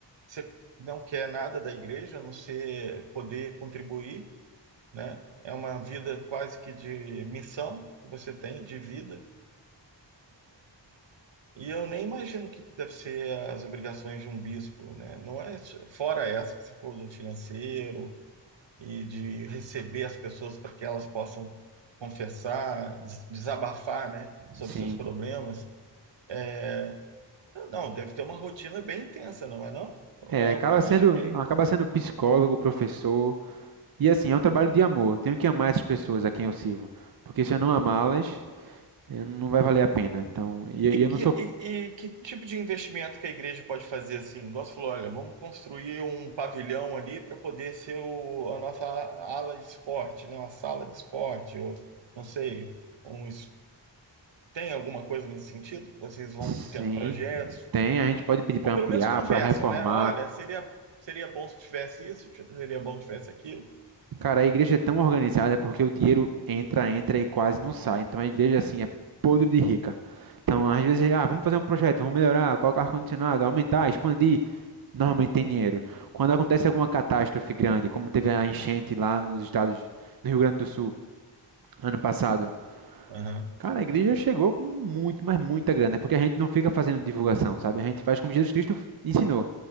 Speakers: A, on the right; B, on the right.
A: você não quer nada da igreja, a não ser poder contribuir, né? É uma vida quase que de missão que você tem, de vida. E eu nem imagino o que, que deve ser as obrigações de um bispo, né? Não é fora essa que você falou do financeiro e de receber as pessoas para que elas possam confessar, des- desabafar, né, sobre
B: sim.
A: seus problemas. É, Não, deve ter uma rotina bem intensa, não é não?
B: É,
A: É
B: acaba
A: o que eu imaginei.
B: sendo, acaba sendo psicólogo, professor. E assim, é um trabalho de amor. Eu Tenho que amar essas pessoas a quem eu sirvo. Porque se eu não amá-las, eh, não vai valer a pena. Então, e, e
A: E,
B: eu não
A: e-
B: sou.
A: e que tipo de investimento que a igreja pode fazer assim? Igual você falou, olha, vamos construir um pavilhão ali para poder ser o- a nossa ala de esporte, né? Uma sala de esporte, ou não sei, um es- tem alguma coisa nesse sentido? que Vocês vão
B: Sim,
A: tendo projetos?
B: Tem, a gente pode pedir para
A: Ou pelo
B: ampliar,
A: menos conversam,
B: para reformar.
A: né? Olha, seria, seria bom se tivesse isso, tipo, seria bom se tivesse aquilo.
B: Cara, a igreja é tão organizada porque o dinheiro entra, entra e quase não sai. Então a igreja, assim, é podre de rica. Então, às vezes, ah, vamos fazer um projeto, vamos melhorar, colocar ar-condicionado, aumentar, expandir. Normalmente tem dinheiro. Quando acontece alguma catástrofe grande, como teve a enchente lá nos estados, no Rio Grande do Sul, ano passado,
A: Aham.
B: Cara, a igreja chegou com muito, mas muita grana, porque a gente não fica fazendo divulgação, sabe? A gente faz como Jesus Cristo ensinou: